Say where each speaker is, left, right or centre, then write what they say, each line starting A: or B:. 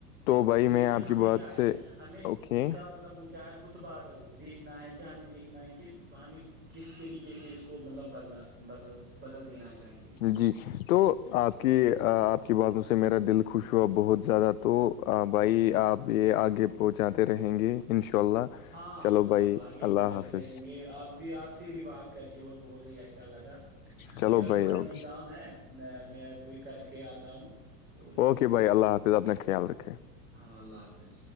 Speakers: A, on the left; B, on the right.
A: تو بھائی
B: لیکن
A: میں آپ کی
B: ہمیں
A: بات
B: کیا ہے
A: سے
B: ہمیں
A: اوکے
B: اس کا مطلب وہ کیا ہے متبادل دیکھنا ہے کیا ہمیں دیکھنا ہے کہ ہمیں کس طریقے سے اس کو مطلب بدلا بدل بدل دینا چاہیے
A: جی تو آپ کی آپ کی باتوں سے میرا دل خوش ہوا بہت زیادہ تو بھائی آپ یہ آگے پہنچاتے رہیں گے انشاء اللہ
B: ہاں
A: چلو
B: ہاں
A: بھائی
B: ا آگے
A: اللہ
B: پہنچاتے
A: حافظ
B: رہیں گے اپ بھی آپ سے بھی بات کر کے ہوئے بہت ہی اچھا لگا
A: چلو
B: میرا
A: بھائی
B: تھوڑا
A: اوکے
B: بھی کام ہے میں میں بھی کر کے آتا ہوں اور
A: اوکے
B: باقی
A: بھائی اللہ حافظ اپنا خیال رکھے
B: ہاں اللہ حافظ